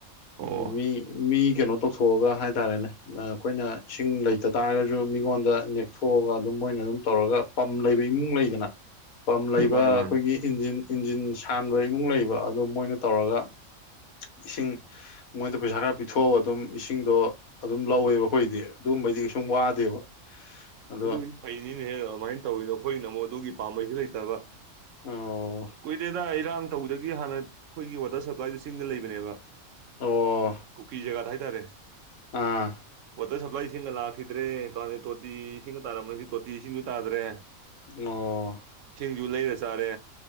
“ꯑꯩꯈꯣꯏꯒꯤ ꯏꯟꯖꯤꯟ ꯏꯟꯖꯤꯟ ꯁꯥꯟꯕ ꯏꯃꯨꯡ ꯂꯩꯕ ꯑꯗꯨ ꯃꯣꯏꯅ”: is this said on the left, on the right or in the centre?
Left